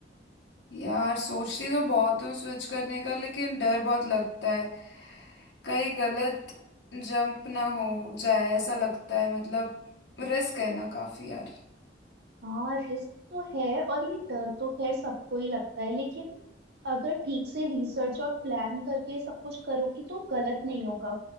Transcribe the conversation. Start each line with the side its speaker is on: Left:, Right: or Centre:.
Left: यार सोचती तो बहुत हूँ स्विच करने का लेकिन डर बहुत लगता है कहीं गलत जंप ना हो जाए ऐसा लगता है मतलब रिस्क है ना काफी यार
Right: हाँ रिस्क तो है और ये डर तो खैर सबको ही लगता है लेकिन अगर ठीक से रिसर्च और प्लान करके सब कुछ करोगी तो गलत नहीं होगा